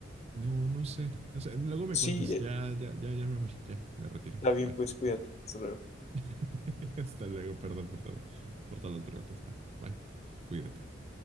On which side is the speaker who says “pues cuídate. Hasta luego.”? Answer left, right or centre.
Left